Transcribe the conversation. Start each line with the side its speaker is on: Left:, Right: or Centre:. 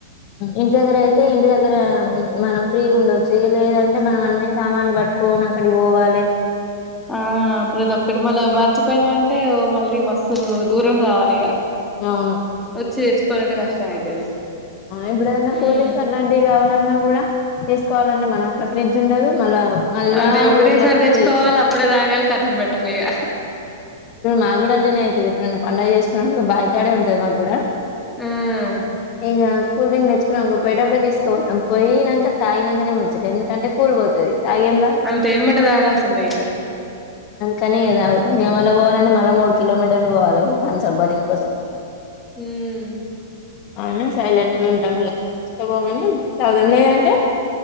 Left: ఇంటి దగ్గర అయితే ఇంటి దగ్గర మనం ఫ్రీగా ఉండవచ్చు ఇగ లేదంటే మనం అన్ని సామా లు పట్టుకోని అక్కడికి పోవాలే
Centre: ఆ ప్రతి ఒక్కటి మళ్ళా మర్చిపోయినా అంటే మళ్ళీ మస్తు దూరం రావాలి ఇగ
Left: అవును
Centre: చేయిచ్చుకొలంటే కష్టం అయితది
Left: ఎప్పుడైన
Centre: ఉమ్
Left: కూల్ డ్రింక్స్అలాంటివి కావాలన్నా కూడా చుస్త్ కావాలన్న మనకు ఫ్రిడ్జ్ ఉండదు మళ్ళా
Centre: అదే ఒకటేసారి
Left: ఊర్లోకి వచ్చి
Centre: తెచ్చుకోవాలి
Left: తీసుకోవాలి
Centre: అప్పుడే తాగాలి కథం పెట్టాలి ఇగ
Left: మాకు కూడా అట్లానే అయితాది ఎప్పుడన్న పండగ చేసుకొని బాయికాడే ఉంటది మాకు కూడా
Centre: మ్మ్
Left: ఇంకా కూల్ డ్రింక్ తెచ్చుకుని పోయటప్పుడే తీసుకుపోతాం పోయినాంక తాగినాంకనే ముచ్చట ఎందుకంటే కూల్ పోతాయి తాగి ఏం లాభం
Centre: అంతే ఎమ్మటే తాగాల్సిందే ఇగ
Left: కానీ ఇంకా తాగుతా మళ్ళ పోవాలంటే మళ్ళా మూడు కిలోమీటర్లు పోవాలి థామ్సప్ బాటిల్ కోసం
Centre: మ్మ్
Left: అవున సైలెంట్ గా ఉంటా చూమని చద <unintelligible> దం లేదంటడి